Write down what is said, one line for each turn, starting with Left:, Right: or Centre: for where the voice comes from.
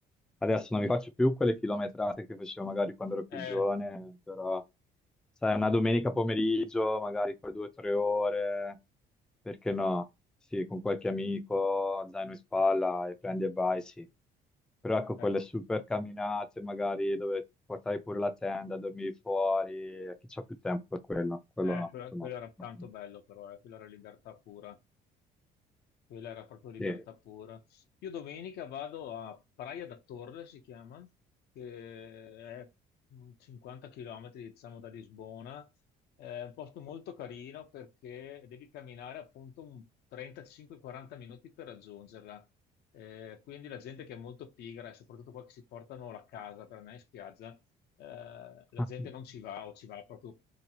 Centre: Adesso non mi faccio più quelle chilometrate che facevo magari quando ero più
Left: Eh,
Centre: giovane, però sai, una domenica pomeriggio, magari poi due o tre ore, perché no? Sì, con qualche amico, zaino in spalla e prendi e vai, sì. Però ecco,
Left: certo.
Centre: quelle super camminate, magari dove portavi pure la tenda, dormivi fuori, eh, chi c'ha più tempo per quello? Quello
Left: Eh,
Centre: no,
Left: quello,
Centre: quello
Left: quello era tanto
Centre: no.
Left: bello però, eh, Quella era libertà pura, quella era proprio libertà
Centre: Sì,
Left: pura. Io domenica vado a Praia da Torre, si chiama, che è mm, 50 km, diciamo, da Lisbona. È un posto molto carino perché devi camminare appunto un 35-40 minuti per raggiungerla. Eh, quindi la gente che è molto pigra, e soprattutto qua che si portano la casa per andare in spiaggia, eh, la
Centre: <laughs>
Left: gente non ci va o ci va proprio